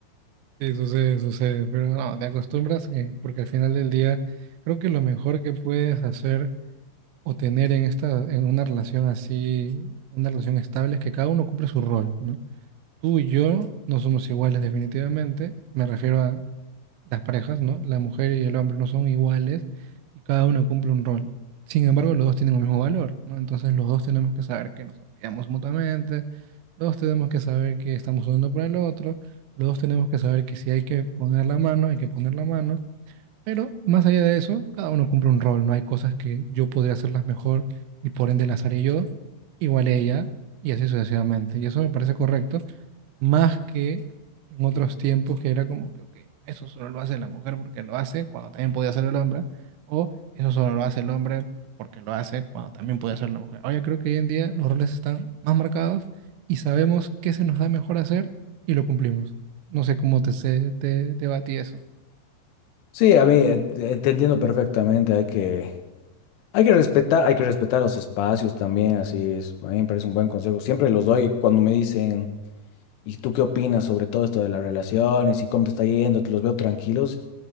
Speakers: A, on the right; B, on the left.
A: Sí, sucede, sucede, pero no, te acostumbras eh, porque al final del día creo que lo mejor que puedes hacer o tener en esta, en una relación así, una relación estable es que cada uno cumple su rol, ¿no? Tú y yo no somos iguales definitivamente, me refiero a las parejas, ¿no? La mujer y el hombre no son iguales y cada uno cumple un rol. Sin embargo, los dos tienen el mismo valor, ¿no? Entonces los dos tenemos que saber que nos apoyamos mutuamente, los dos tenemos que saber que estamos uno para el otro, los dos tenemos que saber que si hay que poner la mano, hay que poner la mano, pero más allá de eso, cada uno cumple un rol, ¿no? Hay cosas que yo podría hacerlas mejor y por ende las haré yo, igual ella, y así sucesivamente. Y eso me parece correcto, más que en otros tiempos que era como que, ok, eso solo lo hace la mujer porque lo hace cuando también podía hacer el hombre, o eso solo lo hace el hombre porque lo hace cuando también podía hacer la mujer. Ahora yo creo que hoy en día los roles están más marcados y sabemos qué se nos da mejor hacer y lo cumplimos. No sé cómo te, se- te, te va a ti eso.
B: Sí, a mí eh, te te entiendo perfectamente, hay que Hay que respetar, hay que respetar los espacios también, así es. A mí me parece un buen consejo. Siempre los doy cuando me dicen, ¿y tú qué opinas sobre todo esto de las relaciones y cómo te está yendo? Te los veo tranquilos.